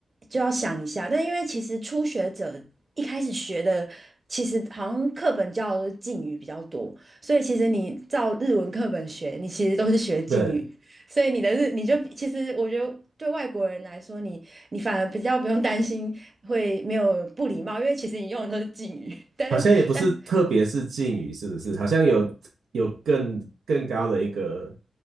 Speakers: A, on the right; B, on the right.
A: 就要想一下。但因为其实初学者一开始学的，其实好像课本教的都是敬语比较多，所以其实你照日文课本学，你其实都是学敬语，
B: 对，
A: 所以你的日你就其实我觉得。对外国人来说，你你反而比较不用担心会没有不礼貌，因为其实你用的都是敬语。<laughs> 但是但
B: 好像也不是，特别是敬语，是不是？好像有有更更高的一个